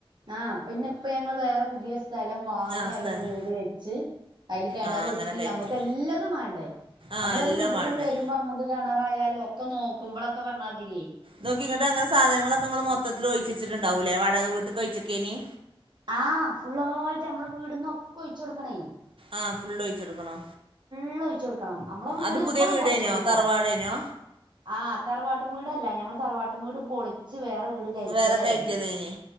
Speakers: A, on the right; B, on the right.
A: ആഹ് പിന്നെ ഇപ്പ ഞങ്ങൾ വേറെ പുതിയ സ്ഥലം വാങ്ങി
B: ആഹ്
A: അയിൽ
B: സ്ഥലം
A: വീട് വെച്ച് അയിൽ കെണറുത്തി
B: ആഹ് അങ്ങനെ കയറ്റി
A: അമ്മക്ക് എല്ലതും വാണ്ടേ
B: ആഹ്
A: അമ്മളൊരു
B: എല്ലാം
A: വീട്ടിക്കണ്ട്
B: വാണ്ടേ
A: വരുമ്പോ നമ്മക്ക് കെണറായാലും ഒക്കെ നോക്കുമ്പോളൊക്കെ പറഞ്ഞാതിര്യ
B: തോക്കി ഇങ്ങട്ട് അങ്ങന സാധനങ്ങളൊക്കെ ഇങ്ങള് മൊത്തത്തിലൊഴ്ച ച്ചിട്ടുണ്ടാവുലേ വാടക വീട്ട്ക്ക് ഒഴ്ച്ചക്കേനി
A: ആഹ് ഫുള്ളായിട്ട് അമ്മളെ വീട്ന്നൊക്ക ഒഴിച്ചൊട്ക്കണേ
B: ആഹ് ഫുള്ള് ഒഴിച്ചെടുക്കണോ
A: വെള്ള ഒഴിചൊട്ക്കണം നമ്മളെ വീട്
B: അത്
A: ഇപ്പളും
B: പുതിയ വീടേനോ
A: പൊളിച്ചിട്ടില്ല
B: തറവാടേനോ
A: ആഹ് തറവാട്ടും വീട അല്ല ഞങ്ങൾ തറവാട്ടും വീട് പൊളിച്ച് വേറെ വീട് കഴിക്കതായിരുന്നു
B: വേറെ കയറ്റിയതേനി